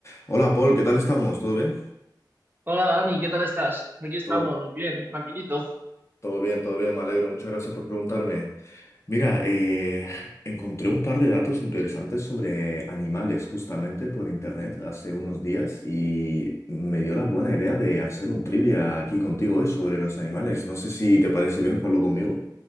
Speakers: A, on the left; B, on the right.
A: Hola Paul, ¿qué tal estamos? ¿Todo bien?
B: Hola Dani, ¿qué tal estás? Aquí estamos,
A: Todo,
B: bien, tranquilito.
A: todo bien, todo bien, me alegro. Muchas gracias por preguntarme. Mira, eh, encontré un par de datos interesantes sobre animales justamente por internet hace unos días y me dio la buena idea de hacer un trivia aquí contigo hoy sobre los animales. No sé si te parece bien jugarlo conmigo.